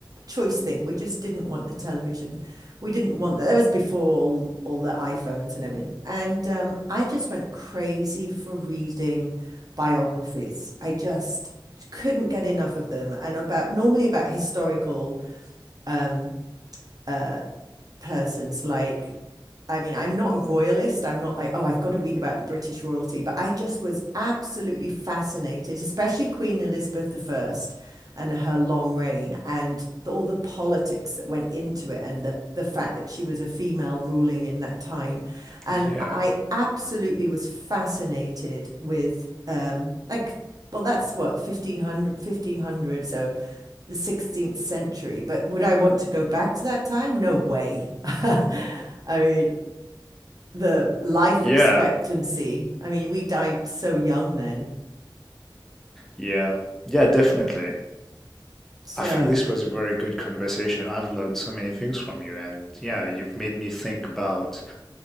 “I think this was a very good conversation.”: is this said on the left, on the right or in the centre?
Centre